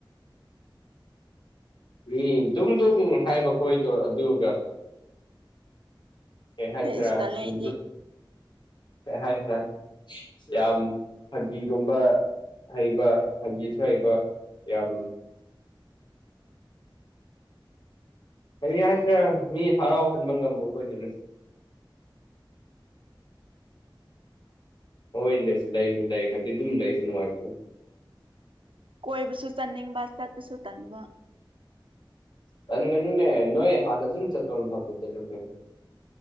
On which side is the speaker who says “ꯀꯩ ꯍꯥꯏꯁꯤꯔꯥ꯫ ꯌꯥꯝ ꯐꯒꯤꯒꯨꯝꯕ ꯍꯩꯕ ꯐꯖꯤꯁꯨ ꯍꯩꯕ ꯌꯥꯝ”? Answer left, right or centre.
Left